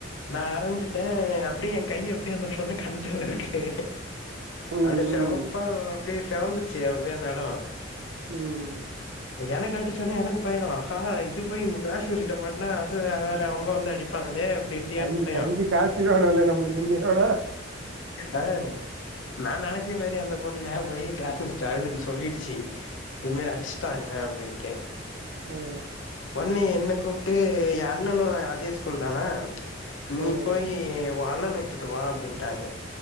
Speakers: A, on the left; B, on the right.
A: நா அரஞ்சிட்டே அப்பிடி எ கையி அப்பிடியே அந்த பொண்ணு கண்ணத்துல இருக்கு
B: ம்
A: அப்பிடியே
B: ம்
A: செவப்பா அப்பிடியே செவந்துருச்சு அந்த எடோ
B: ம்
A: எனக்கு அடிசொனையே எனக்கு பையோ ஹா இது போயி ம் கிளாஸ் மிஸ்ஸுகிட்ட மாட்டுனா அது வேற அவங்க வந்து அடிப்பாங்களே அப்பிடின்டு
B: கஞ்சி
A: எனக்கு பையோ
B: கஞ்சி காய்ச்சிருவானுவல்ல நம்மளுக்கு இன்னையோட
A: ஆ நா நெனச்ச மாரியே அந்த பொண்ணு நேர போயி கிளாஸ் மிஸ்ட அழுதுட்டு சொல்லிடுச்சு இது மாறி அடிச்சுட்டா என்ன அப்பிடின்ட்டு
B: உம்
A: ஒன்னே என்ன கூப்ட்டு எ அண்ணனு அதே ஸ்கூல் தானா நீ
B: ம்
A: போயி உ அண்ணன இட்டுட்டு வா அப்டின்ட்டாங்க